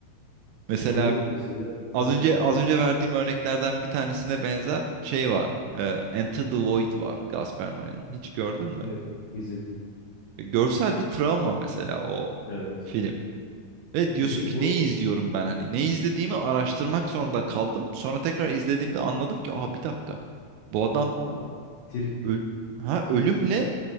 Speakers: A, on the right; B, on the left.
A: Mesela
B: E şöyle mesela
A: az
B: Ha,
A: önce
B: söyle.
A: az önce verdiğim örneklerden bir tanesine benzer şey var. Ee, Enter the Void var Gaspar Noé'nin. Hiç gördün mü?
B: evet izledim.
A: E, Görsel bir travma mesela o
B: evet.
A: film. Ve diyorsun
B: Ya bir tık
A: ki
B: o
A: ne izliyorum ben hani ne izlediğimi araştırmak zorunda kaldım. Sonra tekrar izlediğimde anladım ki aha bir dakika bu adam
B: tam trip.
A: öl ha ölümle